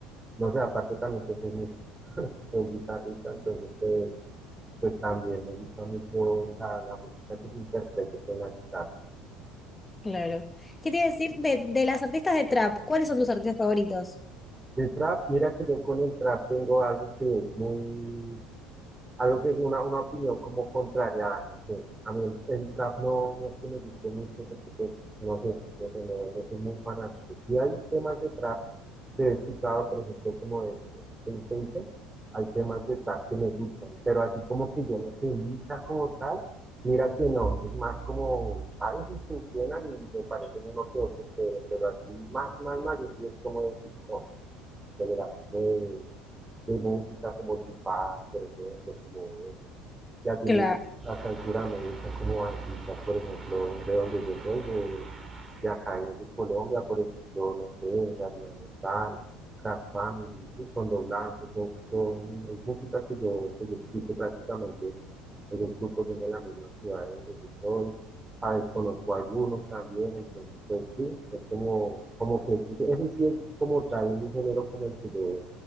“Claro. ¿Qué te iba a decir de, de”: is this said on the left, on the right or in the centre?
Left